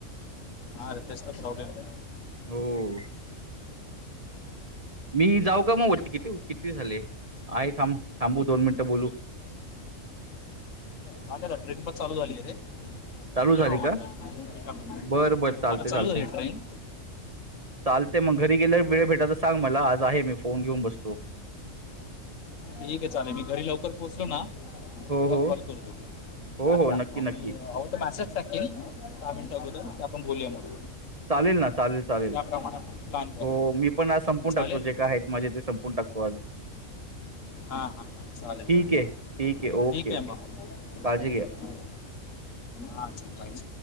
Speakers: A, on the left; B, on the right.
A: ह र तेच तर प्रॉब्लेम आहे.
B: हो. मी जाऊ का म
A: ओके
B: वरती, किती किती झाले? आहे थांब थांबू दोन मिनिटं बोलू.
A: चालेल ट्रेन पण चालू झाली रे.
B: चालू
A: ठेव
B: झाली का
A: <unintelligible>
B: बरं बरं चालते
A: आता चालू
B: चालते
A: झाली ट्रेन.
B: चालते मग घरी गेल्या वेळ भेटाल तर सांग मला आज आहे मी फोन घेऊन बसतो.
A: ठीक आहे चालेल मी घरी लवकर पोहोचलो ना तुला
B: हो हो
A: कॉल करतो,
B: हो
A: मग
B: हो नक्की
A: मी
B: नक्की
A: हवं तर मॅसेज टाकेन दहा मिनट अगोदर की आपण बोलूया मग
B: चालेल ना चालेल चालेल.
A: त्याप्रमाणे आपण प्लॅन करूया
B: हो मी पण आज संपून
A: चालेल
B: टाकतो जे काय आहेत माझे ते संपून टाकतो आज.
A: हा हा ह चालेल
B: ठीक
A: चालेल
B: आहे ठीक ओके
A: ठीक आहे
B: ओके
A: मग
B: काळजी घ्या
A: ओके बाय. हा चलयच